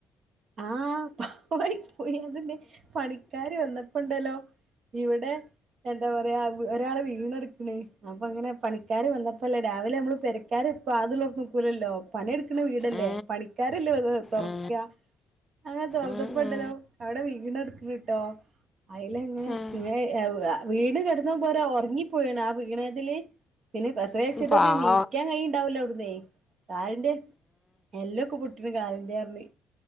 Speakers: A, on the right; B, on the left.
A: ആ പാവായി പോയി അതിന്റെ പണി പണിക്കാര് വന്നപ്പോണ്ടല്ലോ ഇവിടെ എന്താ പറയാ ഒരാള് വീണ ക്ക്ണ് അപ്പങ്ങനെ പണിക്കാർ വന്നപ്പോല്ല രാവില നമ്മൾ പെര - പണിക്കാര് വാതില് തൊറന്ന ക്കൂലല്ലോ പണിയെടുക്കണ വീടല്ലേ
B: ആ
A: പണിക്കാരല്ലേ വന്നു തൊറക്കാ
B: ആ
A: അങ്ങനെ തോറന്നപ്പണ്ടല്ലോ
B: ആ ആ
A: അവിടെ വീണടക്ക്ണ്‌ട്ടോ അയില ഇങ്ങനെ
B: ആ
A: ഇങ്ങനെ വീണ് കിടന്നതുംപോരാ ഉറങ്ങിപ്പോയാണ് ആ വീണതില് പിന്നെ കതകയിച്ചിട്ടൊന്നും
B: പാവ
A: നീക്കാൻ കയ്ണ്ടാവുലാ അവിടന്നേ കാലിൻ്റെ എല്ലോക്കെ പൊട്ടീണ് കാലിൻ്റെന്ന് പറഞ്ഞ്